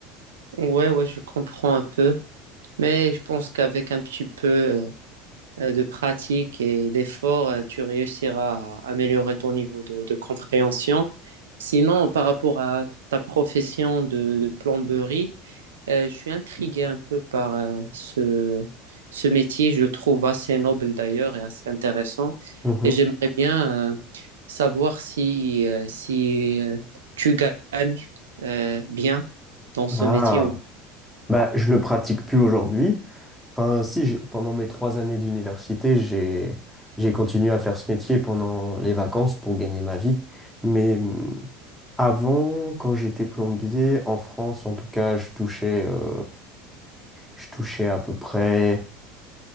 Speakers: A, on the right (about 90°); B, in the centre.
A: Ouais, ouais, je comprends un peu, mais je pense qu'avec un petit peu euh, de pratique et d'effort, euh, tu réussiras à améliorer ton niveau de, de compréhension. Sinon, par rapport à ta profession de, de plomberie, Euh, je suis intrigué un peu par euh, ce, ce métier. Je le trouve assez noble d'ailleurs et assez intéressant.
B: Mhm.
A: Et j'aimerais bien euh, savoir si, euh, si euh, tu gagnes euh, bien dans ce
B: Ah,
A: métier. ou-
B: bah, je le pratique plus aujourd'hui. Enfin, si, j'ai- pendant mes trois années d'université, j'ai j'ai continué à faire ce métier pendant les vacances pour gagner ma vie. Mais hum, avant, quand j'étais plombier, en France, en tout cas, je touchais, euh, je touchais à peu près